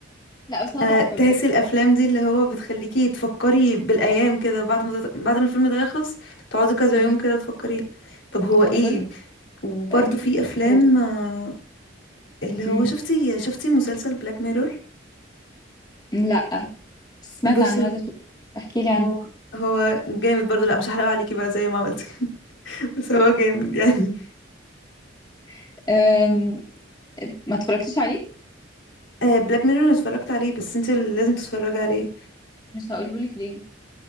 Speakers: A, on the left; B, on the left.
A: لا بس هو
B: انا
A: تحفه
B: تحسي
A: بجد
B: الافلام دي اللي هو بتخليكي تفكري بالايام كده بعد ما تت- بعد ما الفيلم ده يخلص تقعدي كذا
A: أمم،
B: يوم كده تفكري طب هو ايه
A: انا بقول لك
B: وبرده
A: بقالي
B: في افلام
A: شهور
B: آه، اللي هو
A: أمم،
B: شفتي شفتي مسلسل بلاك ميرور
A: لا بس سمعت
B: بصي
A: عنه
B: هو
A: عايزه اشوف احكي لي
B: هو
A: عنه
B: هو جامد برضه لا مش هحرق عليكي بقى زي ما عملتي <laughs> بس هو جامد يعني
A: <laughs> آه ما اتفرجتيش عليه
B: بلاك ميرور انا اتفرجت عليه بس انت اللي لازم تتفرجي عليه
A: مش هقوله لك ليه